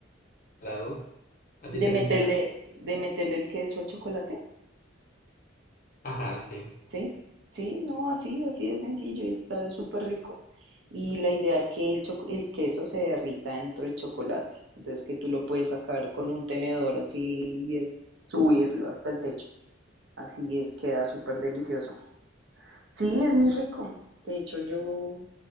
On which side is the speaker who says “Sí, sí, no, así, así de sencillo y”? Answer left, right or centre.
Right